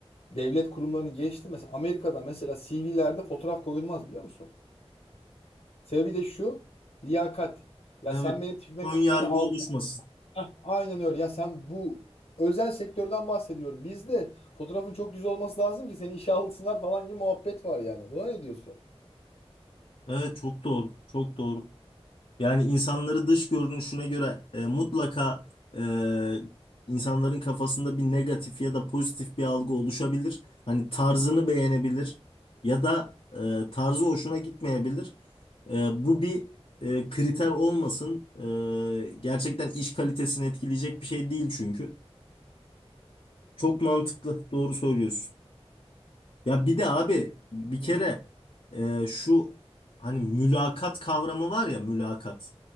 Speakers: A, on the left (about 75°); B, on the left (about 65°).
A: devlet kurumlarını geçti. Mesela Amerika'da mesela CV'lerde fotoğraf koyulmaz biliyor musun? Sebebi de şu. Liyakat. Ya
B: Evet.
A: sen benim tipime
B: Ön
A: göre
B: yargı
A: beni al.
B: oluşmasın.
A: Heh, Aynen öyle. Ya sen bu özel sektörden bahsediyorum. Bizde fotoğrafın çok güzel olması lazım ki seni işe alsınlar falan gibi muhabbet var yani. Buna ne diyorsun?
B: Evet çok doğru. Çok doğru. Yani insanları dış görünüşüne göre e, mutlaka e, insanların kafasında bir negatif ya da pozitif bir algı oluşabilir. Hani tarzını beğenebilir ya da e, tarzı hoşuna gitmeyebilir. E, bu bir e, kriter olmasın. E, gerçekten iş kalitesini etkileyecek bir şey değil çünkü. Çok mantıklı, doğru söylüyorsun. Ya bir de abi bir
A: Hı
B: kere
A: hı.
B: e, şu hani mülakat kavramı var ya mülakat.